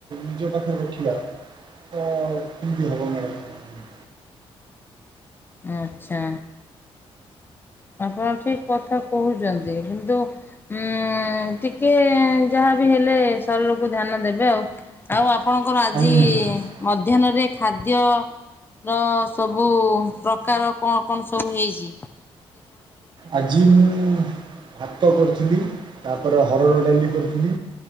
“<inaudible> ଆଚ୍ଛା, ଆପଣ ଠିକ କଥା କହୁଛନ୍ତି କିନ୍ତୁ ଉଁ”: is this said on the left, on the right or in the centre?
Left